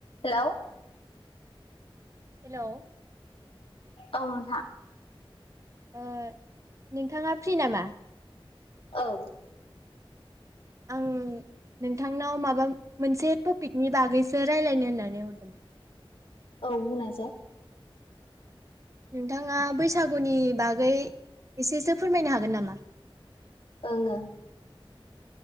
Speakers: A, on the left; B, on the right.
A: हेलौ
B: हेलौ
A: औ नोंथां
B: ओ नोंथाङा फ्रि नामा?
A: औ
B: आं नोंथांनाव माबा मोनसे टपिकनि बागैसो रायलायनो होननानै हरदोंमोन।
A: औ बुंनायसाय।
B: नोंथाङा बैसागुनि बागै एसेसो फोरमायनो हागोन नामा?
A: ओं ओं